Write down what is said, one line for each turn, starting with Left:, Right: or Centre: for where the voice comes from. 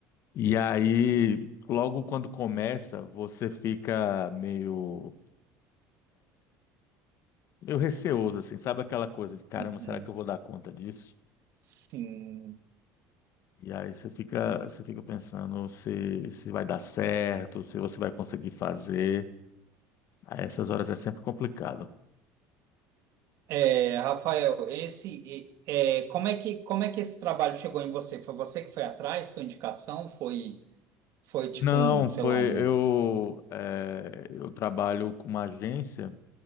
Left: E aí, logo quando começa, você fica meio, meio receoso, assim, sabe aquela coisa de caramba,
Right: uhum.
Left: será que eu vou dar conta disso?
Right: Sim.
Left: E aí você fica, você fica pensando se, se vai dar certo, se você vai conseguir fazer. A essas horas é sempre complicado.
Right: É, Rafael, esse, é, é, como é que, como é que esse trabalho chegou em você? Foi você que foi atrás? Foi indicação? Foi, foi tipo
Left: Não,
Right: um, sei
Left: foi
Right: lá, um.
Left: eu, é, eu trabalho com uma agência